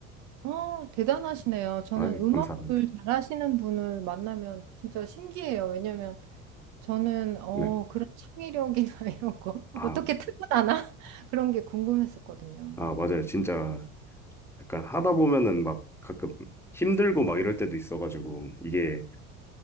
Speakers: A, on the right; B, in the centre.
A: 아, 대단하시네요. 저는
B: 아이
A: 음악을
B: 감사합니다
A: 잘하시는 분을 만나면 진짜 신기해요. 왜냐면 저는, 어,
B: 네.
A: 그런 창의력이나 <laughs> 이런 거
B: 아
A: 어떻게 타고나나? <laughs> 그런 게 궁금했었거든요.
B: 아, 맞아요. 진짜 약간 하다 보면은 막 가끔 힘들고 막 이럴 때도 있어가지고 이게